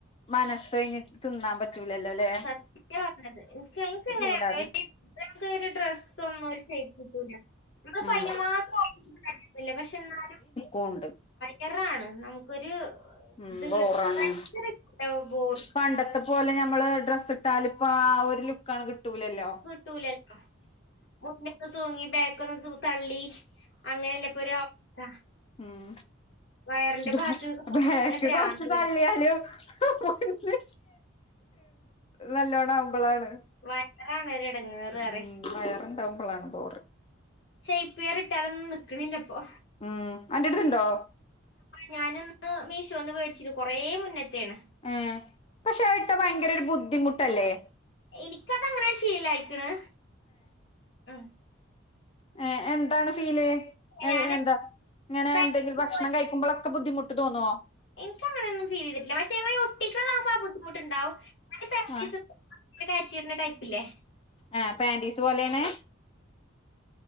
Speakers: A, on the left (about 25°); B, on the left (about 60°).
A: മനസ്സഴിഞ്ഞിട്ട് തിന്നാൻ പറ്റ് പറ്റൂലല്ലൊ ല്ലേ
B: സത്യാ പറഞ്ഞത് ഇൻക്ക് ഇൻക്ക് എങ്ങനെയറിയോ
A: കൂടാതെ
B: നമുക്ക് ഒരു ഡ്രസ് ഒന്നും ഒരു ഷെയ്പ്പ്ട്ടൂല്ല നാപ്പം
A: ഉം
B: അയിന് മാത്രം <unintelligible> പക്ഷെ ഇന്നാലും
A: ഓ ഉണ്ട്
B: കറാണ് നമുക്കൊരു
A: ഉം
B: ഇത്
A: ബോറാണ്
B: ഭയങ്കര ബോഡി
A: പണ്ടത്തെ പ്പ പോലെ ഞമ്മള് ഡ്രസ്സ് ഇട്ടാലിപ്പാ ആ ഒരു ലുക്കാണ്ട് കിട്ടൂലല്ലോ
B: കിട്ടൂലല്ലോ മുമ്പോട്ട് തൂങ്ങി ബേക്കന്ന് തള്ളി. അങ്ങനെയല്ല ഇപ്പൊ ഒരു അവസ്ഥ
A: ഉം
B: വയറിന്റെ
A: ബ
B: ഭാഗത്തേക്ക് നോക്കുമ്പോ
A: ബേക്ക്
B: തന്നെ ഭ്രാന്ത്
A: കൊർച്ച് തള്ളി
B: വരും
A: ന്ന്ലു നല്ലോണം ആവുമ്പളാണ്.
B: വയറാണ് ഒരു എടങ്ങേറ് ഏറ്യും
A: ഉം വയറുണ്ടാവുമ്പളാണ് ബോറ്.
B: ഷെയ്പ് വെയർ ഇട്ടാലൊന്നും നിക്കണില്ലപ്പൊ.
A: ഉം അന്റെ അടുത്ത്ണ്ടോ?
B: ഞാനൊന്ന് മീഷോന്ന് മേടിച്ചിരുന്നു കൊറേ മുന്നത്തേണ്
A: ഏഹ്പക്ഷെ അത്ഇട്ടാ ഭയങ്ക ഓര് ബുദ്ധിമുട്ടല്ലേ
B: എനിക്കത് അങ്ങനാണ്ട് ശീലാലായിക്ക്ണ് ഉം
A: ഏഹ് എന്താണ് ഫീല്
B: ഞാന്
A: എന്താ. ഇങ്ങന
B: പാന്റീസ്
A: എന്തെങ്കില് ഭക്ഷ കഴിക്കുമ്പൊക്കെ ബുദ്ധിമുട്ട് തോന്നുവോ?
B: എനിക്ക അങ്ങനെയ ഒന്നും ഫീൽ ചെയ്തിട്ടില്ല പക്ഷെ ഒട്ടിക്ക ആഹ് ബുദ്ധിമുട്ടുണ്ടാവും <unintelligible>
A: ആ
B: അ <unintelligible> ടൈപ്പില്ലേ
A: ആഹ് പാന്റിസ് പോലെയാണ്.